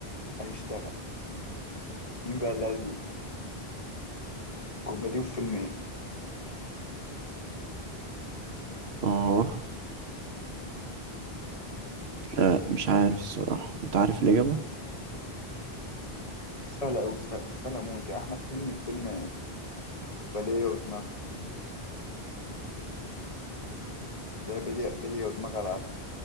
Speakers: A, on the left; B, on the right.
A: هيشتغل مين بقى اللي قال الجملة دي في فيلم ايه؟
B: أه لا مش عارف الصراحة أنت عارف الإجابة
A: سهلة أوي سهلة, سهلة موت يا أحمد حلمي في فيلم بلية ودماغها اللي هي بلية بلية ودماغها العالية